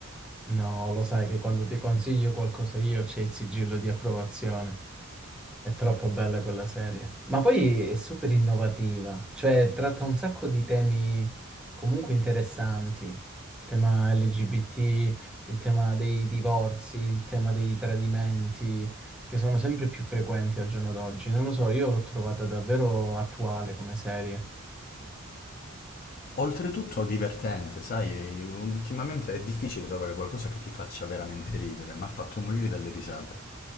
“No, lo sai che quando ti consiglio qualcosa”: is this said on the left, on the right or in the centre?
Centre